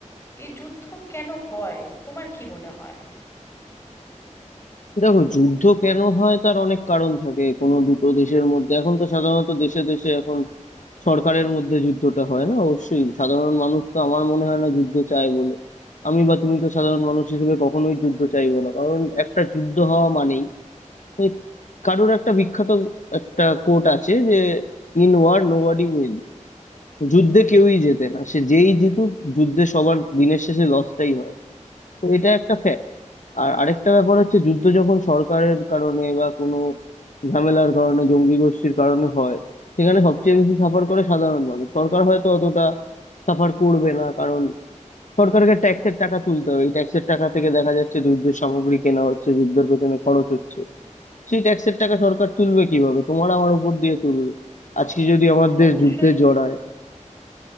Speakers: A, on the left (about 20°); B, on the left (about 75°).
A: এই যুদ্ধ কেন হয় তোমার কি মনে হয়
B: দেখো যুদ্ধ কেন হয় তার অনেক কারণ থাকে কোনো দুটো দেশের মধ্যে এখন তো সাধারণত দেশে দেশে এখন সরকারের মধ্যে যুদ্ধটা হয় না অবশ্যই সাধারণ মানুষ তো আমার মনে হয় না যুদ্ধ চায় বলে আমি বা তুমি তো সাধারণ মানুষ হিসেবে কখনোই যুদ্ধ চাইবো না কারণ একটা যুদ্ধ হওয়া মানেই এ কারুর একটা বিখ্যাত একটা কোট আছে যে ইন ওয়ার নোবডি উইন্স যুদ্ধে কেউই জেতে না সে যেই জিতুক যুদ্ধে সবার দিনের শেষে লসটাই হয় তো এটা একটা ফ্যাক্ট আর আরেকটা ব্যাপার হচ্ছে যুদ্ধ যখন সরকারের কারণে বা কোনো ঝামেলার কারণে জঙ্গি গোষ্ঠীর কারণে হয় সেখানে সবচেয়ে বেশি সাফার করে সাধারণ মানুষ সরকার হয়তো অতটা সাফার করবে না কারণ সরকারকে ট্যাক্সের টাকা তুলতে হবে এই ট্যাক্সের টাকা থেকে দেখা যাচ্ছে যুদ্ধের সামগ্রী কেনা হচ্ছে যুদ্ধের পেছনে খরচ হচ্ছে সেই ট্যাক্সের টাকা সরকার তুলবে কিভাবে তোমার আমার উপর দিয়ে তুলবে আজকে যদি আমাদের
A: অবশ্যই
B: যুদ্ধে জড়ায়